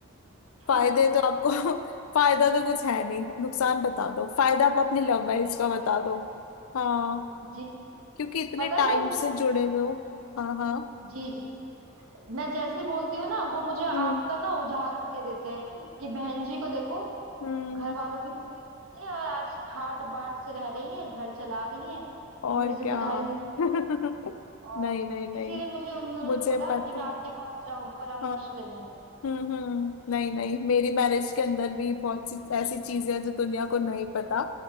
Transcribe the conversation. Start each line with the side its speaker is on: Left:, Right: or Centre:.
Right: <laughs>
Left: फायदे
Right: अरे
Left: तो आपको <laughs> फायदा तो कुछ है नहीं नुकसान बता दो फायदा आप अपनी लव मैरिज का
Right: बहन
Left: बता दो
Right: जी
Left: हाँ
Right: जी
Left: क्योंकि इतने
Right: पता
Left: टाइम
Right: है बहन जी
Left: से जुड़े हुए हो हाँ हाँ
Right: जी जी मैं जैसे ही बोलती हूँ ना वो मुझे आपका
Left: हम्म
Right: ना उदाहरण दे देते हैं कि बहन जी को देखो
Left: हम्म
Right: घर वालों की मर्जी से की है और आज ठाट बाट से रह रही है घर चला रही है
Left: और
Right: पूरी जिम्मेदारी
Left: क्या
Right: निभा
Left: <laughs>
Right: रही
Left: नहीं
Right: है और
Left: नहीं नहीं
Right: इसीलिए मुझे उन दोनों
Left: मुझे
Right: ने बोला
Left: पता
Right: कि मैं
Left: है
Right: आपके पास जाऊं परामर्श
Left: हाँ।
Right: लेने
Left: हम्म हम्म नहीं नहीं मेरी मैरिज के अंदर भी बहुत सी ऐसी चीजें हैं जो दुनिया को नहीं पता